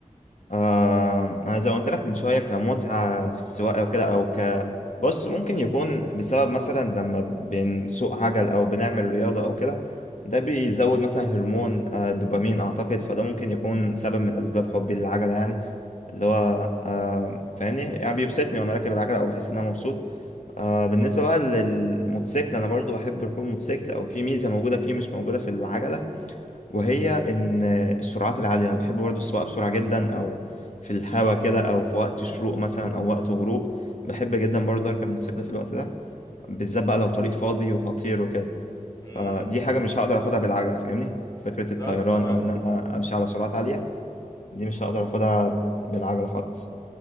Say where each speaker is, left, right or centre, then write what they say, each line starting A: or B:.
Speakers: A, on the left; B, on the left.
A: آه انا زي ما قلت لك من شوية كمتعة في السواقة وكده او ك بص ممكن يكون بسبب مثلا لما بنسوق عجل او بنعمل رياضة او كده ده بيزود مثلا هرمون آه، الدوبامين اعتقد فده ممكن يكون سبب من اسباب حبي للعجلة يعني اللي هو آه فاهمني يعني بيبسطني وانا راكب العجلة او بحس ان انا مبسوط آه بالنسبة بقى للموتوسيكل أنا برضو بحب ركوب الموتوسيكل أو في ميزة موجودة فيه مش موجودة في العجلة وهي إن السرعات العالية أنا بحب برضو السواقة بسرعة جدا أو في الهوا كده أو في وقت شروق مثلا أو وقت غروب بحب جدا برضو أركب موتوسيكل في الوقت ده بالذات بقى لو طريق فاضي وخطير وكده
B: امم
A: فدي حاجة مش هقدر أخدها بالعجلة فاهمني فكرة
B: بالظبط
A: الطيران
B: اه
A: أو إن أنا أمشي على سرعات عالية دي مش هقدر أخدها بالعجلة خالص